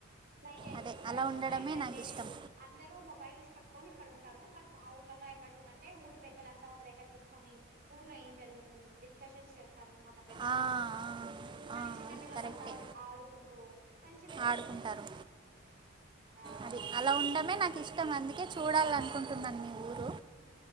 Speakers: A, on the right; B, on the right.
A: లైట్ అయితే
B: అదే
A: ఇక్కడ
B: అలా ఉండడమే
A: నైట్ అయితేనే
B: నాకు ఇష్టం
A: అందరు మొబైల్స్ ప కొని ఇక్కడ ఉంటారు బట్ మా ఊర్లలో ఏమవుతుందంటే ఊరి పెద్దలంతా ఒక దగ్గర కూర్చొని ఊర్లో ఏం జరుగుతుంది డిస్కషన్స్ చేస్ స్తార్ అనమాట పెద్దవాళ్ళంతా
B: ఆ, ఆ,
A: కానీ
B: ఆ,
A: చిన్నపిల్లలంతా
B: కరెక్టే
A: ఆడుకుంటూ మంచిగా ఉంటారు
B: ఆడుకుంటారు
A: ఆ
B: అది అలా ఉండమే నాకు ఇష్టం అందుకే చూడాలనుకుంటున్నాను మీ ఊరు